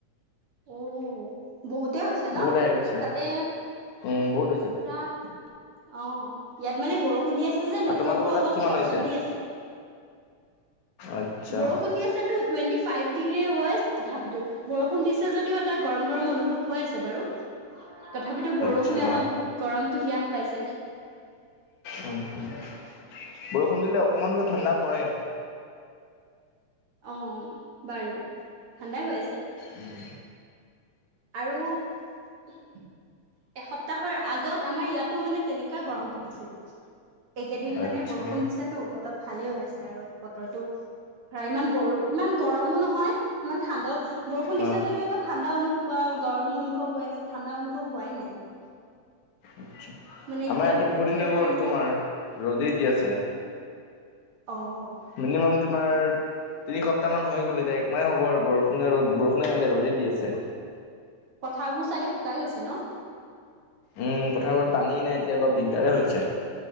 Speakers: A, on the right; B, on the left.
A: উম। বহুতে হৈছে ন,
B: বহুত আহি গৈছে
A: তাতে
B: উম বহুত হৈছে
A: ধৰা অহ, ইয়াত মানে বৰষুণ দি আছে যে,
B: আৰু
A: নেটৱৰ্কটো
B: তোমালোকৰ তাত
A: অলপ
B: কিমান
A: প্ৰব্লেম
B: হৈছে
A: দি আছে।
B: আচ্ছা
A: বৰষুণ দি আছেটো টুৱেণ্টি ফাইভ ডিগ্ৰী হয় আছে তথাপিতো, বৰষুণ দি যদিও এটা গৰম-গৰম অনুভৱ হৈ আছে বাৰু। তথাপিতো বৰষুণে
B: আচ্ছা
A: অলপ গৰমটো হ্ৰাস পাইছে।
B: বৰষুণ দিলে অকমান হ'লেও ঠাণ্ডা পৰে।
A: অহ, বাৰু ঠাণ্ডাই হৈ আছে।
B: উম।
A: আৰু এসপ্তাহৰ আগত আমাৰ ইয়াতো মানে তেনেকুৱাই গৰম হৈ আছিল। এইকেইদিন
B: আচ্ছা
A: মানে বৰষুণ দিছেতো অলপ ভালে হৈ আছে। আৰু বতৰটো ধৰা ইমান বৰ ইমান গৰমো নহয় ইমান ঠাণ্ডাও বৰষুণ
B: অ
A: দিছে যদিও এটা ঠাণ্ডা অনুভৱ অহ, গৰম অনুভৱ হৈ আছে, ঠাণ্ডা অনুভৱ হোৱাই নাই দেখোন।
B: আচ্ছা
A: মানে একদে
B: আমাৰ ইয়াতো বহুত
A: একেবাৰে
B: দিনে গ'ল
A: মানে
B: তোমাৰ ৰ'দেই দি আছে।
A: অ',
B: মিনিমাম তোমাৰ তিনি সপ্তাহ মান হৈ গ'ল এতিয়া, একমাহে হ'ব বৰষুণে ৰ'দ বৰষুণেই নাই দিয়া ৰ'দে দি আছে।
A: পথাৰবোৰ চাগে শুকাই গৈছে ন।
B: উম, পথাৰবোৰত পানী নাই এতিয়া অলপ দিগদাৰে হৈছে,